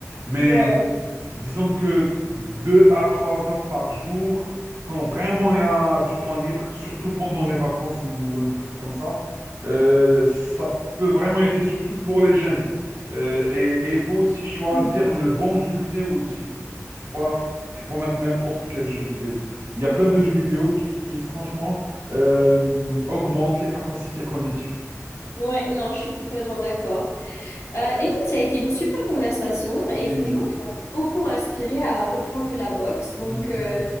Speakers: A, on the right; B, on the left.
A: Mais
B: ouais.
A: Disons que deux à trois heures par jour, quand vraiment il y a du temps libre, surtout pendant les vacances ou un truc comme ça, euh, ça peut vraiment aider, surtout pour les jeunes. Euh, et et il faut aussi choisir
B: Mhm.
A: le bon jeu vidéo aussi. Faut pas, faut pas mettre n'importe quel jeu vidéo. Il y a plein de jeux vidéo qui, qui franchement, euh, augmentent les capacités cognitives.
B: Ouais, non, je suis complètement d'accord. Euh, écoute, ça a été une super conversation et
A: Oui.
B: franchement, tu m'as beaucoup inspiré à reprendre de la boxe. Donc,
A: Mhm.
B: euh,